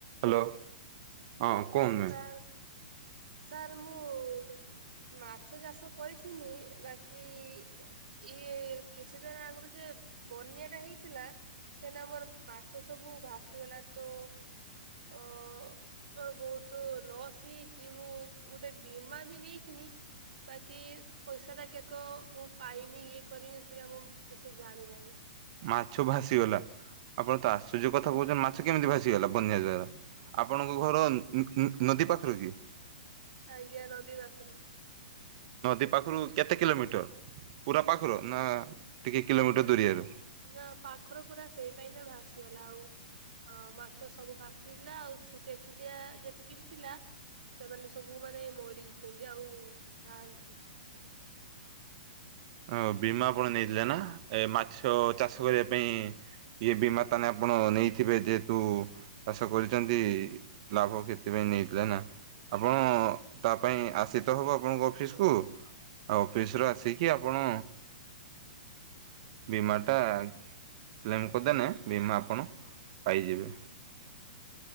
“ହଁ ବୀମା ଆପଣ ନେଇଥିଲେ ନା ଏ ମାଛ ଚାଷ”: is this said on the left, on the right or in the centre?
Right